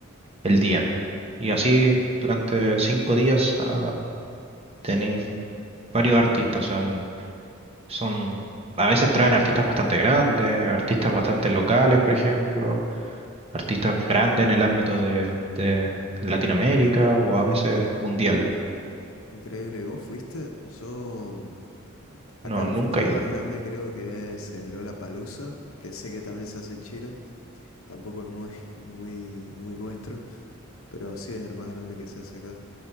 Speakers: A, on the right; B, on the left.
A: el día. Y así durante cinco días ah, tení varios
B: Mira,
A: artistas. o sea, n- son, a veces traen artistas bastante grandes, artistas bastante locales, por ejemplo, artistas grandes en el ámbito de, de Latinoamérica o a veces mundiales.
B: increíble. ¿Vos fuiste? Yo. mm, Acá
A: No,
B: el
A: nunca
B: festival
A: he ido.
B: más grande creo que es el Lollapalooza, que sé que también se hace en Chile, tampoco es muy, <laughs> muy, muy nuestro, pero sí es el más grande que se hace acá.